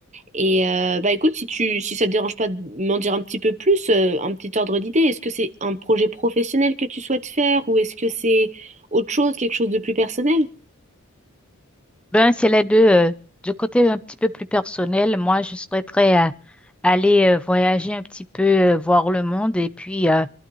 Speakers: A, on the right; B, in the centre.
A: Et euh, bah écoute, si tu, si ça te dérange pas de m'en dire un petit peu plus, euh, un petit ordre d'idée, est-ce que c'est un projet professionnel que tu souhaites faire ou est-ce que c'est autre chose, quelque chose de plus personnel?
B: Ben, c'est les deux. euh, Du côté un petit peu plus personnel, moi, je souhaiterais euh, aller euh, voyager un petit peu, euh, voir le monde. Et puis, euh,